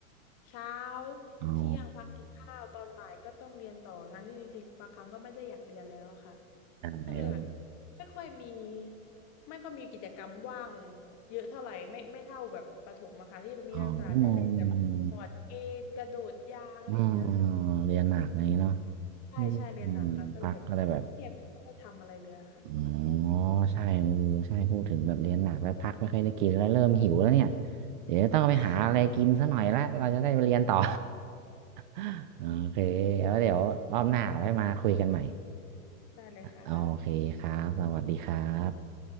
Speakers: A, on the left (about 35°); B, on the right (about 35°).
A: เช้า
B: อ๋อ
A: เที่ยงพักกินข้าวตอนบ่ายก็ต้องเรียนต่อทั้งที่จริงๆบางครั้งก็ไม่ได้อยากเรียนแล้วอะค่ะ
B: อะไรวะ
A: ก็เลยแบบ ไม่ค่อยมีไม่ค่อยมีกิจกรรมว่างเยอะเท่าไหร่ไม่ไม่เท่าแบบประถมอะค่ะที่มีโอกาสได้เล่นแบบบอร์ดเกมกระโดดยางอะไรแบบเนี้ยค่ะเพราะเดี๋ยวนี้
B: อ๋ออืมอืมเรียนหนักอะไรอย่างงี้เนาะ
A: ใช่ใช่เรียนหนักค่ะก็เลยแบบแทบจะไม่ได้ทำอะไรเลยอะค่ะ
B: อืมพักก็ได้แบบ อ๋อใช่โอ้ใช่พูดถึงแบบเรียนหนักแล้วพักไม่ค่อยได้กินแล้วเริ่มหิวแล้วเนี่ยเดี๋ยวต้องไปหาอะไรกินสักหน่อยละเราจะได้ไปเรียนต่อ
A: <laughs>
B: <laughs> โอเคแล้วเดี๋ยวรอบหน้าไว้มาคุยกันใหม่
A: ได้เลยค่ะ
B: โอเคครับสวัสดีครับ